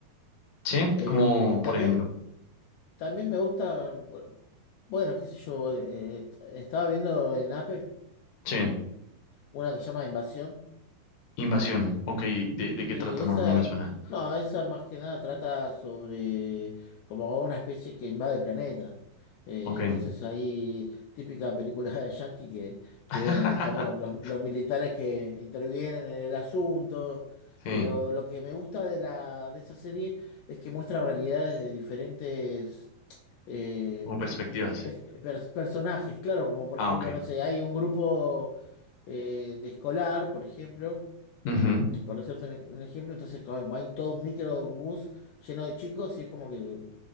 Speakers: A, on the left; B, on the left.
A: Sí,
B: Eh,
A: como por
B: también,
A: ejemplo,
B: también me gustan, bueno, qué sé yo, eh, estaba viendo en Apple
A: sí,
B: una que se llama Invasión.
A: Invasión. Ok, ¿de, de qué
B: Sí,
A: trata?
B: esa,
A: No, no me suena.
B: no, esa más que nada trata sobre como una especie que invade el planeta. Eh,
A: Ok.
B: entonces ahí, típica película de Yankee que, que
A: <laughs>
B: bueno, están los, los- los militares que intervienen en el asunto,
A: Sí,
B: pero lo que me gusta de la, de esa serie es que muestra realidades de diferentes eh,
A: como perspectivas.
B: es- per- personajes, claro, como por
A: Ah,
B: ejemplo,
A: ok.
B: no sé, hay un grupo eh, de escolar, por ejemplo
A: Ujú.
B: por decirte un ej- un ejemplo, entonces ca- va en todo un micro, un bus lleno de chicos y es como que,